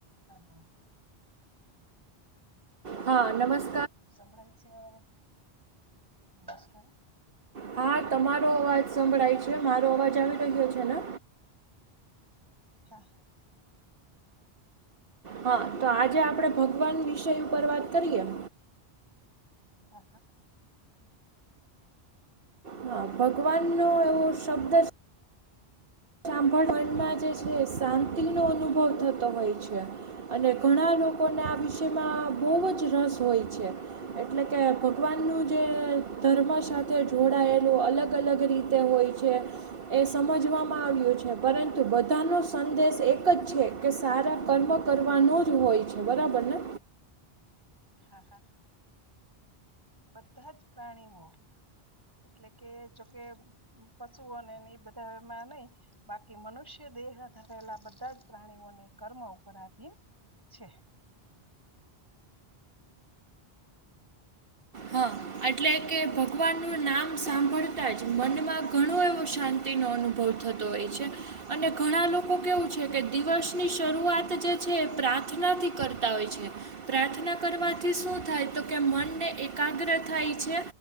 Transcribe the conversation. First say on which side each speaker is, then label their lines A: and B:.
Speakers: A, on the right (about 20°); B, on the right (about 65°).
A: હાલો.
B: હા નમસ
A: સંભળાય છે અવાજ નમસ્કાર
B: હા તમારો અવાજ સંભળાય છે, મારો અવાજ આવી રહ્યો છે ને
A: હા.
B: હા તો આજે આપડે ભગવાન વિષય ઉપર વાત કરીએ.
A: હા હા.
B: હા ભગવાન નો એવો શબ્દ છે. સાંભળ મનમાં જે છે શાંતિ નો અનુભવ થતો હોય છે અને ઘણા લો કોને આ વિષયમાં બહુ જ રસ હોય છે એટલે કે ભગવાનનું જે ધર્મ સાથે જોડાયેલું અલગ અલગ રીતે હોય છે એ સમજવામાં આવ્યું. પરંતુ બધા ન સંદેશ એક જ છે કે સારા કર્મ કરવાનો જ હોય છે. બરાબર ને.
A: હા હા બધા જ પ્રાણીઓ એટલે કે જોકે પશુઓને બધા એમાં નઈ બાકી મનુષ્ય દેહ ધરેલા બધા જ પ્રાણીઓને કર્મ ઉપર આધીન છે.
B: હા એટલે કે ભગવાનનું નામ સાંભળતા જ મનમાં ઘણો એવો શાંતિનો અનુભવ થતો હોય છે અને ઘણા લોકો કેવું છે કે દિવસની શરૂઆત જે છે પ્રા ર્થનાથી કરતા હોય છે. પ્રાર્થના કરવાથી શું થાય તો કે મનને એકાગ્ર થાય છે